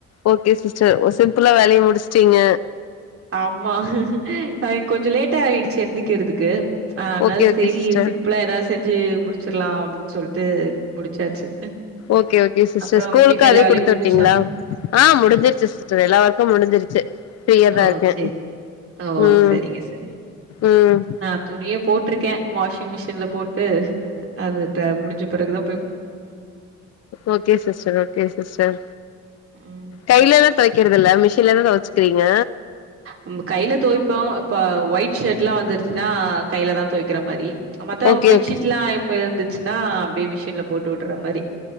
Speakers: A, on the left; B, on the right.
A: ஓகே சிஸ்டர் சிம்பிளா வேலைய முடிச்ட்டீங்க
B: ஆமா அ கொஞ்ச லேட்டா ஆயிடுச்சு எந்திக்கிறதுக்கு ஆனா
A: ஓகே ஓகே
B: சரி
A: சிஸ்டர்
B: சிம்பிளா ஏதாச் செஞ்சு முடுச்சிர்லா அப்படின் சொல்ட்டு முடிச்சாச்சு
A: ஓகே ஓகே சிஸ்டர்
B: அப்புறம்
A: ஸ்கூலுக்கு
B: வீட்ல
A: அதே
B: எல்லா வேலையும்
A: குடுத்து
B: முடிஞ்சுச்சா?
A: உட்டீங்களா ஆ முடுஞ்சிர்ச்சு சிஸ்டர் எல்லா ஒர்க்கு முடிஞ்சிருச்சு ப்ரியா
B: ஓ!
A: தா இருக்கே
B: சரி. ஓ!
A: ம்
B: சரிங்க, சரி.
A: ம்
B: நான் துணிய போட்ருக்கே வாஷிங் மிஷின்ல போட்டு அது ட முடிஞ்சு பிறகுதா
A: ஓகே சிஸ்டர் ஓகே சிஸ்டர்
B: ம்.
A: கைலல துவைக்கிறது இல்ல மிஷின்லத துவச்சுக்கிறீங்க
B: நம்ப கையில துவைப்போ இப்ப ஒயிட் ஷர்ட் எல்லா வந்துருச்சுன்னா கையில தா துவைக்கிற மாரி மத்த
A: ஓகே
B: பெட்ஷீட்
A: ஓகே
B: எல்லா இப்ப இந்துச்சுன்னா அப்படியே மிஷின்ல போட்டு உட்டுற மாரி